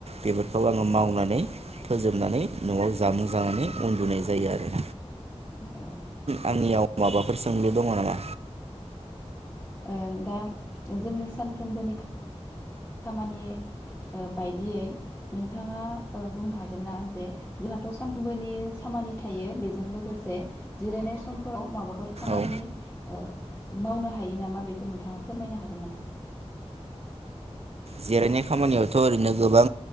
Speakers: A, on the right; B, on the left.
A: बेफोरखौ आङो मावनानै फोजोबनानै न'आव जामुं जानानै उन्दुनाय जायो आरो
B: औ
A: आंनियाव माबाफोर सोंलु दङ' नामा?
B: ओं दा जोङो सानफ्रोमबोनि खामानि ओ बायदियै नोंथाङा ओ बुंनो हागोन ना? जे जोंहाथ' सानबोनि खामानि थायो बेजों लोगोसे जिरायनाय समफोराव माबाफोर खामानि
A: औ
B: ओ मावनो हायो नामा? बेखौ नोंथाङा फोरमायनो हागोन नामा?
A: जिरायनाय खामानियावथ' ओरैनो गोबां